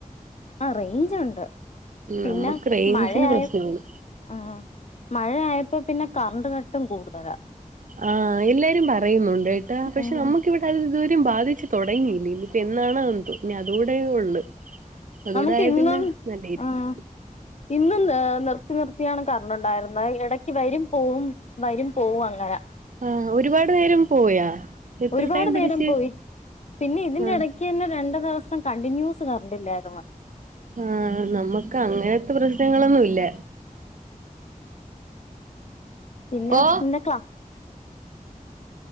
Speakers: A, on the left; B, on the right.
A: ആഹ് റേഞ്ച് ഉണ്ട് പിന്നെ
B: നമ്മക്ക് റേഞ്ചിന്
A: മഴയായ
B: പ്രശ്നമാണ്
A: ആഹ് മഴയായപ്പോ പിന്നെ കറണ്ട് കട്ടും കൂടുതലാ
B: ആഹ് എല്ലാരും പറയുന്നുണ്ട് ഏട്ടാ പക്ഷെ
A: ഉം
B: നമുക്ക് റ്റുടെ അത് ഇതുവരും ബാധിച്ച് തുടങ്ങിയില്ല ഇനി ഇപ്പൊ എന്നാണ് എന്തോ പിന്നെ അതുടെ ഉള്ള് അതൂടെ
A: നമുക്ക്
B: ആയ
A: ഇന്നും
B: പിന്നെ നല്ലയിരിക്കും
A: ഉം ഇന്നും നിർത്തി നിർത്തിയാണ് കറന്റ് ഉണ്ടായിരുന്നെ ഇടക്ക് വരും പോവും വരും പോവും അങ്ങനെ
B: ആഹ് ഒരുപാട് നേരം പോയാ എത്ര
A: ഒരുപാട്
B: ടൈം പിടിച്ച്
A: നേരം പോയി പിന്നെ ഇതിന്റെ
B: ആഹ്
A: ഇടക്ക് ക്ക് തന്നെ രണ്ടു ദിവസം കണ്ടിന്യൂസ് കറൻ്റ് ഇല്ലായിരുന്നു
B: ആഹ് നമ്മക്ക് അങ്ങനത്തെ പ്രശ്നങ്ങളൊന്നും ഇല്ല
A: പിന്നെ
B: <inaudible> ഓ
A: നിന്റെ ക്ലാ